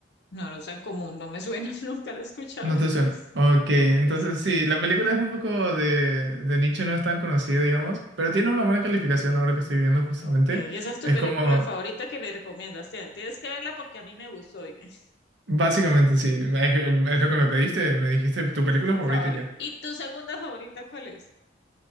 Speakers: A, on the left; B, on the right.
A: No, no es tan común, no me suena, <laughs> nunca lo he escuchado.
B: No te suena. Ok,
A: No,
B: entonces
A: no me suena.
B: sí, la película es un poco de, de nicho, no es tan conocida, digamos, pero tiene una buena calificación ahora que estoy viendo justamente.
A: Ok, y esa es tu
B: Es
A: película
B: como,
A: favorita que me recomiendas. Tien- Tienes que verla porque a mí me gustó y <laughs>
B: básicamente sí, es, es lo que me pediste, me dijiste tu película
A: tu
B: favorita
A: favorita.
B: y ya.
A: ¿Y tu segunda favorita cuál es?